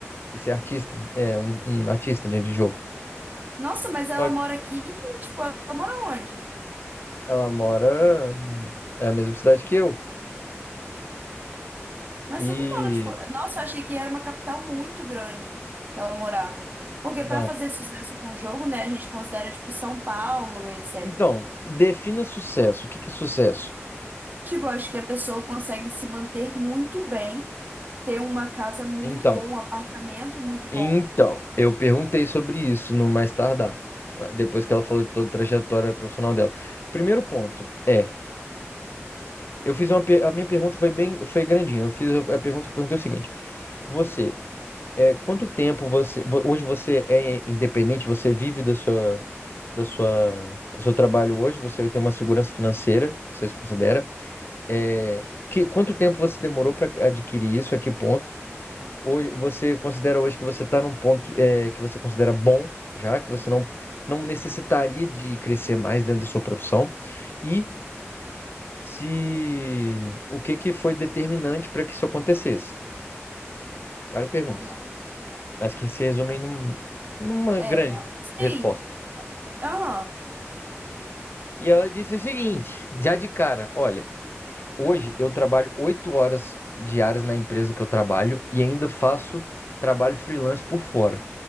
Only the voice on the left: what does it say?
e ser artista, é um, um artista de de jogo.
Só
Ela mora. É a mesma cidade que eu.
E.
Não.
Então, defina sucesso. O que que é sucesso?
Então,
então, eu perguntei sobre isso no mais tardar, ah, depois que ela falou de toda a trajetória profissional dela. Primeiro ponto é, eu fiz uma, per- a minha pergunta foi bem, foi grandinha. Eu fiz a a pergunta, eu perguntei o seguinte: você, é, quanto tempo você, vo- hoje você é independente? Você vive da sua, da sua, do seu trabalho hoje? Você tem uma segurança financeira? Vocês consideram? É, que, quanto tempo você demorou para adquirir isso? A que ponto? Hoje, você considera hoje que você está num ponto é, que você considera bom, já que você não, não necessitaria de crescer mais dentro da sua profissão? E se o que que foi determinante para que isso acontecesse? Várias perguntas,
mas que se resumem num- numa
grande
resposta.
E ela disse o seguinte, já de cara, olha. Hoje eu trabalho oito horas diárias na empresa que eu trabalho e ainda faço trabalho freelance por fora.